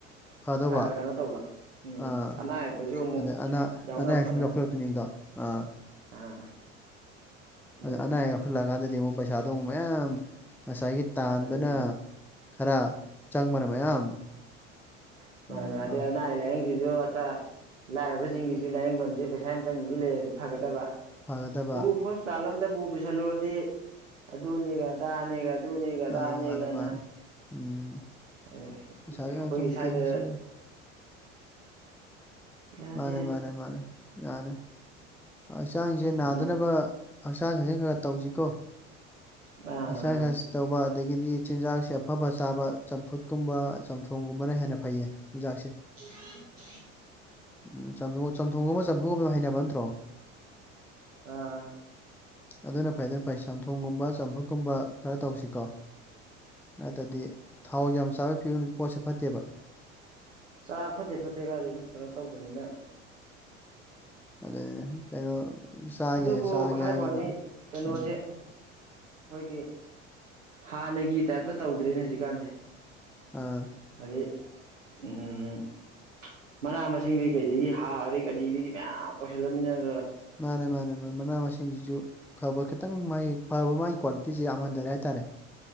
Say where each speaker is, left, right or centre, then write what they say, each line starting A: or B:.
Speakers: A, in the centre; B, on the right.
A: ꯐꯗꯧꯕ
B: ꯐꯥ ꯀꯩꯅꯣ ꯇꯧꯕ ꯎꯝ
A: ꯑꯥ
B: ꯑꯅꯥꯌꯦꯛꯄꯖꯨ ꯑꯃꯨꯛ
A: ꯑꯗꯩ ꯑꯅꯥ
B: ꯌꯥꯎꯅ
A: ꯑꯅꯥ ꯑꯌꯦꯛ
B: ꯈꯣꯠꯅ
A: ꯁꯨꯝ ꯌꯥꯎꯈꯠꯂꯛꯇꯣꯏꯅꯤꯗꯣ ꯑꯥ
B: ꯑꯥ ꯑꯗꯨꯅ
A: ꯑꯗ ꯑꯅꯥ ꯑꯌꯦꯛ ꯌꯥꯎꯁꯤꯜꯂꯛꯑꯀꯥꯟꯗꯗꯤ ꯑꯃꯨꯛ ꯄꯩꯁꯥꯗꯣ ꯑꯃꯨꯛ ꯃꯌꯥꯝ ꯉꯁꯥꯏꯒꯤ ꯇꯥꯟꯕꯅ
B: ꯑꯗꯨꯅꯤ
A: ꯈꯔ ꯆꯪꯕꯅ ꯃꯌꯥꯝ
B: <unintelligible> ꯂꯥꯏꯌꯦꯡꯖꯤꯖꯨ
A: ꯎꯝ ꯑ
B: ꯑꯇꯥ ꯂꯥꯏꯔꯕꯖꯤꯡꯒꯤꯖꯨ ꯂꯥꯏꯌꯦꯡꯐꯝꯖꯦ ꯄꯩꯁꯥ ꯌꯥꯝ ꯆꯪꯗꯕꯤ ꯂꯩꯔꯗꯤ ꯐꯒꯗꯕ
A: ꯐꯒꯗꯕ
B: ꯄꯨ ꯍꯣꯁꯄꯤꯇꯥꯜ ꯑꯃꯗ ꯄꯨ ꯄꯨꯁꯜꯂꯨꯔꯗꯤ ꯑꯗꯨꯅꯦꯒ ꯑꯗꯥꯅꯦꯒ ꯑꯗꯨꯅꯦꯒ ꯑꯗꯥꯅꯦꯒ
A: ꯑꯥ ꯃꯥꯅꯦ ꯃꯥꯅꯦ ꯎꯝ
B: ꯑꯩꯈꯣꯏꯒꯤ
A: ꯄꯩꯁꯥꯁꯨ ꯌꯥꯝ ꯆꯪꯉꯤ
B: ꯁ꯭ꯋꯥꯏꯗ
A: ꯇꯦꯁ ꯌꯥꯝ ꯆꯪꯉꯤ
B: ꯌꯥꯗꯦ
A: ꯃꯥꯅꯦ ꯃꯥꯅꯦ ꯃꯥꯅꯦ ꯃꯥꯅꯦ ꯍꯛꯆꯥꯡꯁꯦ
B: ꯑꯗꯨꯅ
A: ꯅꯥꯗꯅꯕ ꯍꯛꯆꯥꯡ ꯁꯥꯖꯦꯜ ꯈꯔ ꯇꯧꯁꯤꯀꯣ
B: ꯑꯥ
A: ꯑꯁꯥꯏꯒꯁ
B: ꯑꯥ
A: ꯇꯧꯕ ꯑꯗꯒꯤꯗꯤ ꯆꯤꯟꯖꯥꯛꯁꯦ ꯑꯐ ꯐ ꯆꯥꯕ ꯆꯝꯐꯨꯠꯀꯨꯝꯕ ꯆꯝꯊꯣꯡꯒꯨꯝꯕꯅ ꯍꯦꯟꯅ ꯐꯩꯌꯦ ꯆꯤꯟꯖꯥꯛꯁꯦ
B: ꯎꯝ ꯎ
A: ꯎꯝ ꯆꯝꯊꯣꯡ ꯑꯃ ꯆꯝꯊꯣꯡꯒ ꯍꯩꯅꯅꯕ ꯅꯠꯇ꯭ꯔꯣ
B: ꯑꯥ
A: ꯑꯗꯨꯅ ꯐꯩ ꯑꯗꯨꯅ ꯐꯩ ꯁꯝꯊꯣꯡꯒꯨꯝꯕ ꯆꯝꯐꯨꯠꯀꯨꯝꯕ ꯈꯔ ꯇꯧꯁꯤꯀꯣ ꯅꯠꯇ꯭ꯔꯗꯤ ꯊꯥꯎ ꯌꯥꯝ ꯆꯥꯕꯒꯤ ꯐꯤꯕꯝꯁꯦ ꯄꯣꯠꯁꯦ ꯐꯠꯇꯦꯕ
B: ꯆꯥ ꯐꯠꯇꯦ ꯐꯠꯇꯦ ꯀꯥꯏꯗꯅꯦ ꯀꯩꯅꯣ ꯇꯧꯗꯅꯤꯅ
A: ꯑꯗꯨꯅꯦ ꯀꯩꯅꯣ ꯆꯥꯒꯦ
B: ꯑꯗꯨꯕꯨ
A: ꯆꯥꯒꯦ
B: ꯍꯥꯏꯕ
A: ꯍꯥꯏꯔꯒꯅ
B: ꯋꯥꯅꯤ ꯀꯩꯅꯣꯁꯦ
A: ꯎꯝ
B: ꯑꯩꯈꯣꯏꯒꯤ ꯍꯥꯟꯅꯒꯤ ꯇꯥꯏꯞꯇ ꯇꯧꯗ꯭ꯔꯦꯅꯦ ꯍꯧꯖꯤꯛꯀꯥꯟꯁꯦ
A: ꯑꯥ
B: ꯑꯗ ꯎꯝ ꯃꯅꯥ ꯃꯁꯤꯡꯗꯤ ꯀꯩꯗꯒꯤ ꯍꯥꯔꯗꯒꯤ ꯀꯔꯤꯗꯒꯤ ꯃꯌꯥꯝ ꯇꯧꯁꯤꯜꯂꯃꯤꯅꯗ
A: ꯃꯥꯅꯦ ꯃꯥꯅꯦ ꯃꯥꯅꯦ ꯃꯅꯥ ꯃꯁꯤꯡꯁꯤꯁꯨ ꯐꯕ ꯈꯤꯇꯪ ꯃꯥꯒꯤ ꯐꯕ ꯃꯥꯒꯤ ꯀ꯭ꯋꯥꯂꯤꯇꯤꯤꯁꯦ ꯌꯥꯝ ꯍꯟꯊꯔꯦ ꯍꯥꯏꯇꯥꯔꯦ